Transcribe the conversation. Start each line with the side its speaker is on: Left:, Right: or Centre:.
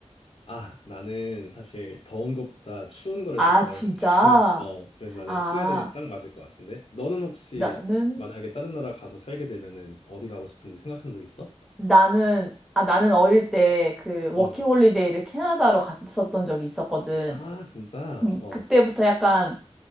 Left: 아, 나는 사실 더운 것보다 추운 거를
Centre: 아,
Left: 더 좋아해가지고,
Centre: 진짜?
Left: <laughs> 어, 그래서 나는
Centre: 아,
Left: 스웨덴이 딱 맞을 것 같은데? 너는 혹시
Centre: 나는,
Left: 만약에 다른 나라 가서 살게 되면은 어디 가고 싶은지 생각한 적 있어?
Centre: 나는, 아, 나는 어릴 때 그 워킹
Left: 음,
Centre: 홀리데이를 캐나다로 갔었던 적이 있었거든.
Left: 아, 진짜?
Centre: 음,
Left: 어,
Centre: 그때부터 약간